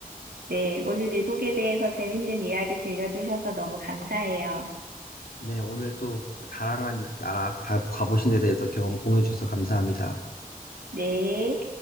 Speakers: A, on the right; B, on the left.
A: 네, 오늘 미국에 대해서 재밌는 이야기 들려주셔서 너무 감사해요.
B: 네, 오늘 또 사랑한 나라 다 가보신 데 대해서 경험 공유해 주셔서 감사합니다.
A: 네.